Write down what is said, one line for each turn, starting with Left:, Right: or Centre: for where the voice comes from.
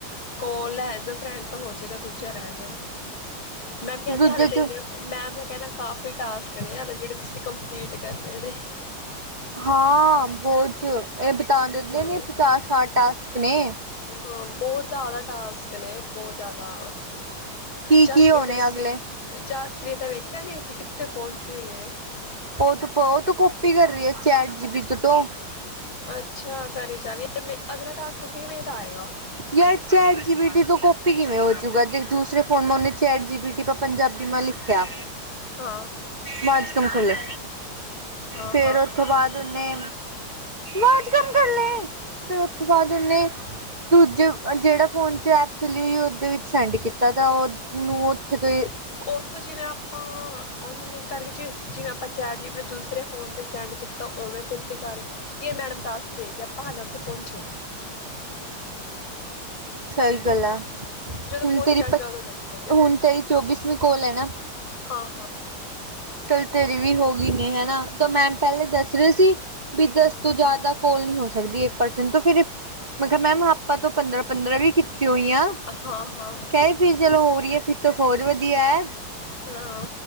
Left: ਕੋਲ ਐਜ ਐ ਫਰੈਂਡ ਤਾਂ ਹੋ ਜੇਗਾ ਦੂਜਾ ਰੈ ਜਾਏਗਾ। ਮੈਮ ਕੈੰਦੀ
Right: ਦੂਜੇ
Left: ਹਾਲੇ
Right: ਚ
Left: ਤੇ ਇੰਨੇ ਮੈਮ ਦਾ ਕੈਣਾ ਕਾਫੀ ਟਾਸਕ ਨੇ, ਹਲੇ ਜੇੜੇ ਤੁਸੀਂ ਕੰਪਲੀਟ ਕਰਨੇ ਨੇੇ।
Right: ਹਾਂ, ਬੋਝ ਏ ਬਿਤਾਣ ਦਿੰਦੇ
Left: ਹੋਰ
Right: ਨੇ ਪਚਾਸ-ਸਾਠ ਟਾਸਕ ਨੇ।
Left: ਹਾਂ, ਬੌਤ ਜੈਦਾ ਟਾਸਕ ਨੇ ਬੌ ਜੈਦਾ।
Right: ਕੀ
Left: ਜਾਸਪ੍ਰੀਤ
Right: ਕੀ ਹੋਣੇ ਅਗਲੇ
Left: ਜਾਸਪ੍ਰੀਤ ਦਾ ਵੇਖਿਆ ਨੀ ਸੀਂ ਕਿੱਥੇ ਪਹੁੰਚੀ ਹੋਈ ਏ।
Right: ਓਹ ਤੇ ਪੋਤ ਕੌਪੀ ਕਰ ਰੀ ਐ ਚੈਟ ਜੀਬੀ ਤੇਤੋ।
Left: ਅੱਛਾ, ਕਰੀ ਜਾਵੀ ਏ, ਮੇ ਅਗਲਾ ਟਾਸਕ ਕਿਵੇਂ ਦਾ ਆਏਗਾ?
Right: ਯਾਰ ਚੈਟ ਜੀ ਬੀ ਟੀ ਤੋਂ ਕਾਫੀ ਕਿਵੇਂ ਹੋਜੂਗਾ ਦੂਸਰੇ ਫੋਨ ਮ ਉਹਨੇ ਚੈਟ ਜੀ ਬੀ ਟੀ ਪੰਜਾਬੀ ਮ ਲਿਖਿਆ
Left: ਹਾਂ
Right: ਬਾਜ਼ਕਮ ਖੱਲੇ
Left: ਹਾਂ
Right: ਫੇਰ
Left: ਹਾਂ
Right: ਥੋਂ ਬਾਅਦ ਨੇ ਆਜ਼ ਕੰਮ ਕਰ ਲਏ ਫੇਿਰ ਥੋਂ ਬਾਅਦ ਉਹਨੇ ਦੂਜੇ ਜਿਹੜਾ ਫੋਨ ਚ ਐਪ ਚਲੀ ਹੋਈ ਓਦੇ ਵਿੱਚ ਸੈਂਡ ਕੀਤਾ ਤਾਂ ਉਹਨੂੰ ਉਓਥੇ ਤੋਂ ਹੀ
Left: ਉੱਥੋਂ ਜਿਵੇਂ ਆਪਾਂ ਉਹਨੂੰ ਲਿੰਕ ਕਰਕੇ ਜਿਵੇਂ ਜਿਵੇਂ ਆਪਾਂ ਚੈਟ ਜੀਬੀ ਨੇ ਦੂਸਰੇ ਫੋਨ 'ਤੇ ਸੈਂਡ ਕੀਤਾ ਉਵੇਂ ਕਪੀ ਕਰਕੇ ਕੀ ਇਹ ਮੈਡਮ ਦੱਸ ਦੇ ਹੈ ਕਿ ਆਪਾਂ ਹਾਲਾਂ ਉੱਥੇ ਪਹੁੰਚੇ ਨੇ
Right: ਸਹੀ ਗੱਲ
Left: ਪਤਾ
Right: ਆ
Left: ਨਹੀਂ ਜਦੋਂ
Right: ਹੁਣ
Left: ਪਹੁੰਚਾਂਗੇ
Right: ਤੇਰੀ ਪ
Left: ਉਦੋਂ ਦੇਖਾਂਗੇ
Right: ਹੁਣ ਤੇਰੀ ਚੌਵੀਸਵੀਂ ਕੋਲ ਹੈ ਨਾ
Left: ਹਾਂ ਹਾਂ
Right: ਚਲ ਤੇਰੀ ਵੀ ਹੋ ਗਈ ਨੇ ਹਨਾ ਤਾਂ ਮੈਮ ਪਹਿਲੇ ਦੱਸ ਰਹੇ ਸੀ ਵੀ ਦਸ
Left: ਹਮ
Right: ਤੋਂ ਜ਼ਿਆਦਾ ਕੋਲ ਨ ਹੋ ਸਕਦੀ ਇੱਕ ਪਰਸਨ ਤੋਂ ਫਿਰ ਮਤਲਬ ਮੈਮ ਆਪਾਂ ਤੋਂ ਪੰਦਰਾਂ ਪੰਦਰਾਂ ਵੀ ਕੀਤੀ ਹੋਈ ਆ
Left: ਹਾਂ ਹਾਂ
Right: ਕ ਫਰ ਚਲੋ ਹੋ ਰਹੀ ਹੈ ਫਿਰ ਤੋਂ ਫੌਜ ਵਧੀਆ ਹੈ
Left: ਹਾਂ